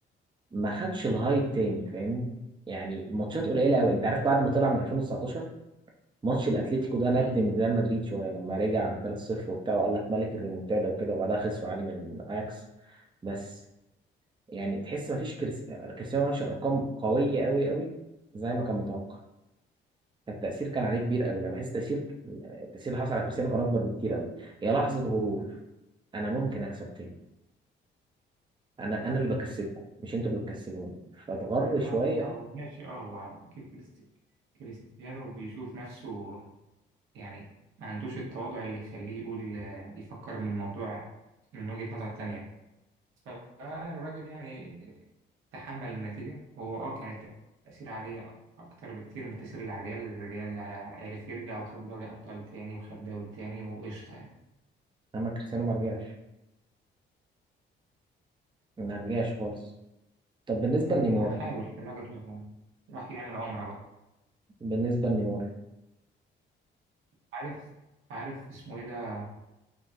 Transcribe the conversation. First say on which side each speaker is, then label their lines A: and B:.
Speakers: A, on the right; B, on the right.
A: ما خدش الهايب تاني فاهمني يعني ماتشات قليلة قوي انت عارف بعد ما طلع من 2019 ماتش الاتليتيكو ده ندم
B: بكره
A: ريال مدريد شويه لما رجع 3-0 وبتاع وقال لك ملك الريمونتادا وكده وبعدها خسروا عادي من اياكس بس يعني تحس مفيش كريس- كريستيانو ما عملش ارقام قويه قوي قوي زي ما كان متوقع فالتاثير كان عليه كبير قوي انا بحس تاثير التاثير اللي حصل على كريستيانو كان اكبر بكتير قوي هي لحظه غرور انا ممكن اكسب تاني انا انا اللي بكسبكم مش انتوا اللي بتكسبوني فاتغر شويه
B: ما هو ماشي اه هو أكيد كريست- كريستيانو بيشوف نفسه يعني ما عندوش التواضع اللي يخليه يقول آه، يفكر من الموضوع من وجهة نظر تانية فالراجل يعني تحمل النتيجة هو اه كان التأثير عليه أكتر بكتير من التأثير اللي على الريال الريال عرف يرجع وخد دوري أبطال تاني وخد دوري تاني وقشطة يعني
A: اما كريستيانو ما رجعش ما رجعش خالص طب بالنسبه
B: يعني
A: لنيمار
B: حاول الراجل لما راح يعمل عمرة بقى
A: بالنسبه لنيمار
B: عارف عارف اسمه ايه ده